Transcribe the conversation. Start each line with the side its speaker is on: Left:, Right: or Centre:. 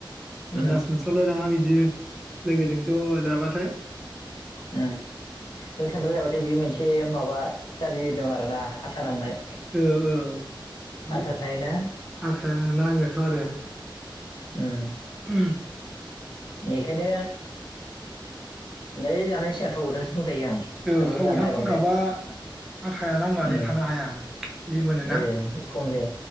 Left: उम
Centre: आन्दास मोनस्लाबलाय लाङा बिदि लोगोजों ज' जाबाथाय
Left: उम खान्थाल जाबाथाय बे मोनसे माबा गाज्रि दं आर ना आसा नांनाय
Centre: औ औ बे
Left: आदा थायोना
Centre: आथा नाङोथ' आरो
Left: उम
Centre: ओ
Left: बेखायनो ाय जानायसै आं थाव गोदानसो दखायो आं
Centre: औ
Left: खारला
Centre: थाव
Left: जानो
Centre: गोथां
Left: नागिरबाथाय
Centre: फुनखाबा आथाया नांनानै
Left: उ
Centre: थानो हाया लिमोनोना
Left: एकसै